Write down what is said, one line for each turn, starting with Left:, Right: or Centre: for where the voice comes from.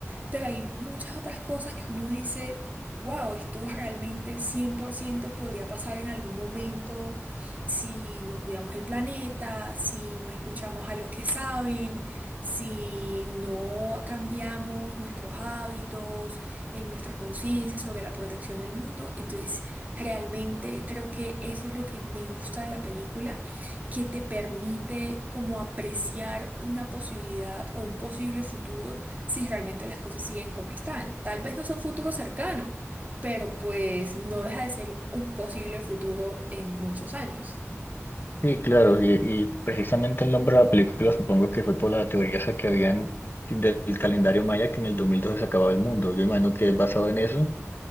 Right: pero hay muchas otras cosas que uno dice, wow, esto realmente 100% podría pasar en algún momento si no cuidamos el planeta, si no escuchamos a los que saben, si no cambiamos nuestros hábitos, en nuestra conciencia sobre la protección del mundo. Entonces, realmente creo que eso es lo que me gusta de la película que te permite como apreciar una posibilidad o un posible futuro si realmente las cosas siguen como están. Tal vez no son futuro cercano, pero pues no deja de ser un posible futuro en muchos años.
Left: Sí, claro, y, y precisamente el nombre de la película supongo que fue por la teoría esa que habían del calendario maya que en el 2012 se acababa el mundo. Yo imagino que es basado en eso